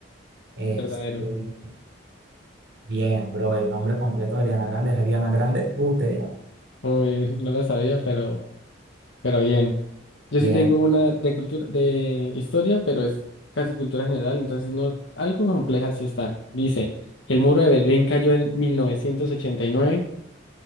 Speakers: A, on the right (about 75°); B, on the left (about 75°).
A: Este,
B: verdadero.
A: bien, bro. El nombre completo de Ariana Grande es Ariana Grande Butera.
B: Uy, <laughs> no la sabía, pero... Pero bien, yo
A: Bien.
B: sí tengo una de cultura, de historia, pero es casi cultura general, entonces no, algo compleja sí está. Dice, el muro de Berlín cayó en mil novecientos ochenta y nueve